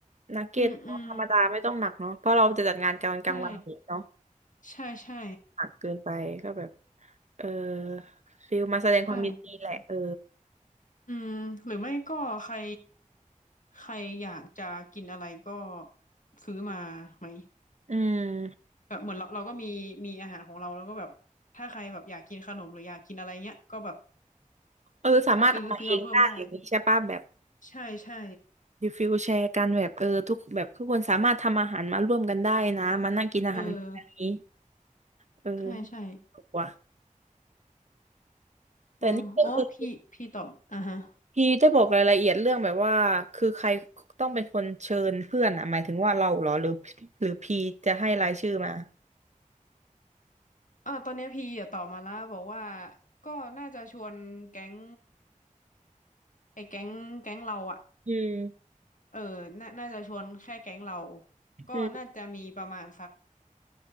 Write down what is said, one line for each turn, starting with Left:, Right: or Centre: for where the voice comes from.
Right: นักเก็ตเนอะธรรมดาไม่ต้องหนักเนาะเพราะเราจะจัดงานกลางกลางวันเองเนาะ
Left: อืมอืมใช่ใช่ใช่
Right: หนักเกินไปก็แบบเออฟิลมาแสดงความยินดีแหละเออ
Left: ใช่อืมหรือไม่ก็ใครใครอยากจะกินอะไรก็ซื้อมาไหม
Right: อืม
Left: แบบเหมือนเราเราก็มีมีอาหารของเราแล้วก็แบบถ้าใครแบบอยากกินขนมหรืออยากกินอะไรเงี้ยก็แบบ
Right: เออสามารถเอามาเองได้อย่างนี้ใช่ป่ะแบบ
Left: ก็ซื้อซื้อมาเพิ่มได้ใช่ใช่
Right: ดีฟิลแชร์กันแบบเออทุกแบบทุกคนสามารถทำอาหารมาร่วมกันได้นะมานั่งกินอาหารแบบนี้
Left: เออ
Right: เออ
Left: ใช่ใช่
Right: ถูกว่ะแต่นี่ก็คือ
Left: อ๋ออ๋อพี่พี่ตอบอ่าฮะ
Right: พี่ได้บอกรายละเอียดเรื่องแบบว่าคือใครต้องเป็นคนเชิญเพื่อนอ่ะหมายถึงว่าเราเหรอหรือหรือพีจะให้รายชื่อมา
Left: อ่าตอนเนี้ยพี่อะตอบมาแล้วบอกว่าก็น่าจะชวนแก๊งไอ้แก๊งแก๊งเราอะ
Right: อืม
Left: เออน่าน่าจะชวนแค่แก๊งเรา
Right: อืม
Left: ก็น่าจะมีประมาณสัก